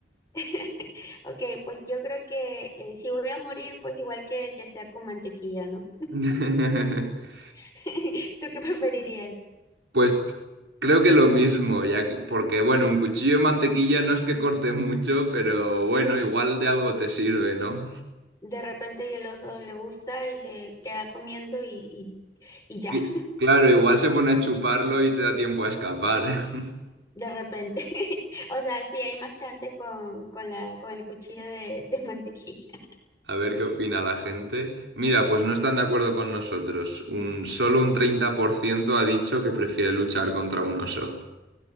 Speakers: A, on the left; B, on the right.
A: <laughs> Ok, pues yo creo que eh, si voy a morir, pues igual que, que sea con mantequilla, ¿no?
B: <laughs>
A: <laughs> ¿Tú qué preferirías?
B: Pues creo que lo mismo, ya que- porque bueno, un cuchillo de mantequilla no es que corte mucho, pero bueno, igual de algo te sirve, ¿no?
A: De repente y el oso le gusta y se queda comiendo y, y, y ya,
B: Cl- claro, igual se pone a chuparlo y te da tiempo a escapar. <laughs>
A: de repente. <laughs> O sea, sí hay más chance con, con la, con el cuchillo de, de mantequilla.
B: A ver qué opina la gente. Mira, pues no están de acuerdo con nosotros. Un, solo un 30% ha dicho que prefiere luchar contra un oso.